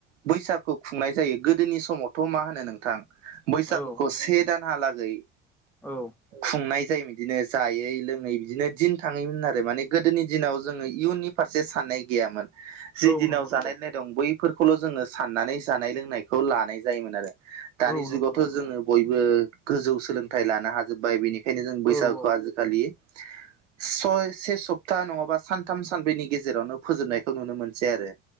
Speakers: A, on the right; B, in the centre.
A: बैसागु खुंनाय जायो गोदोनि समावथ' मा होनो नोंथां बैसागुखौ
B: औ
A: से दानहालागै
B: औ
A: खुंनाय जायोमोन बिदिनो जायै लोङै बिदिनो दिन थाङोमोन आरो माने गोदोनि दिनाव जोङो इयुननि फारसे साननाय गैयामोन जि
B: औ
A: दिनाव
B: नंगौ नंगौ
A: जानाय लोंनाय दं बैफोरखौल' जोङो साननानै जानाय लोंनायखौ लानाय जायोमोन आरो दानि
B: औ नंगौ
A: जुगावथ'
B: नंगौ नोंथां
A: जोङो बयबो गोजौ सोलोंथाइ लानो हाजोब्बाय बेनिखायनो बेनो जों
B: औ
A: बैसागु
B: औ
A: आजिखालि
B: <inaudible>
A: सय से सप्ता नङाबा सानथाम सानब्रैनि गेजेरावनो फोजोबनायखौ नुनो मोनसै आरो